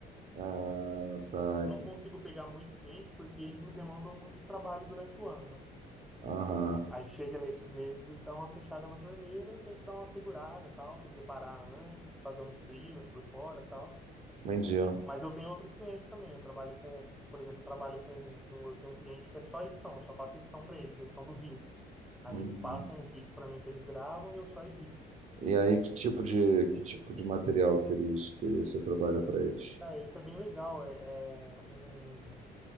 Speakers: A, on the right; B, in the centre.
A: ah, tá.
B: eu não
A: ent-
B: consigo pegar muito cliente porque eles me demandam muito trabalho durante o ano, né?
A: Aham,
B: Aí chega nesses meses e dá uma fechada na torneira, tem que dar uma segurada, tal, se preparar antes, fazer uns frios por fora, tal.
A: entendi. Ó.
B: Mas eu tenho outros clientes também. Eu trabalho com, por exemplo, eu trabalho com, com- eu tenho um cliente que é só edição, eu só faço edição para eles, eles são do Rio. Aí
A: Uhum.
B: eles passam os vídeos para mim que eles gravam e eu só edito.
A: E aí, que tipo de, que tipo de material que eles, que você trabalha para eles?
B: Cara, isso é bem legal, é, é um-